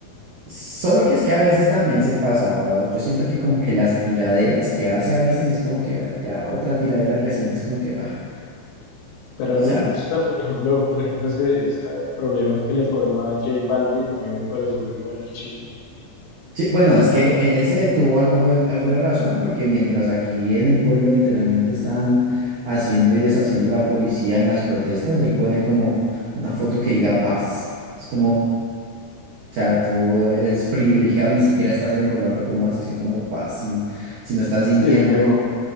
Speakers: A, on the right (about 85°); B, on the left (about 75°).
A: solo que es que a veces también se pasaba, yo siento que como que las tiraderas que hace a veces es como que ah, ya otra tiradera reciente es como que, ah,
B: Pero
A: o
B: a mí
A: sea,
B: me gusta, por ejemplo, por ejemplo, ese, ese problema que le formó a J Balvin, a mí me pareció muy bueno el chisme.
A: sí, bueno, es que en ese tuvo algo, de- algo de razón, porque mientras aquí en el pueblo literalmente están haciendo y deshaciendo la policía en las protestas, él pone como una foto que diga paz. Es como... O sea, tú eres privilegiado, ni siquiera estás en Colombia, ¿cómo vas a decir como paz si, si no estás sintiendo?
B: Sí, la cagó,